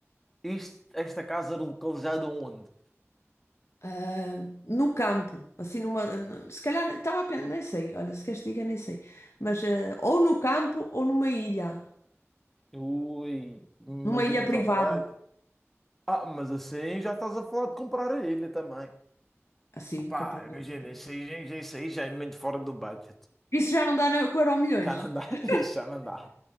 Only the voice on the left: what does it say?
ah, no campo, assim numa, se calhar estava a pensar, nem sei, olha, se queres que diga, nem sei, mas ah, ou no campo ou numa ilha,
numa ilha
privada,
assim,
comprar a
ilha também.
Isso já não dá no- com o Euromilhões,
<laughs>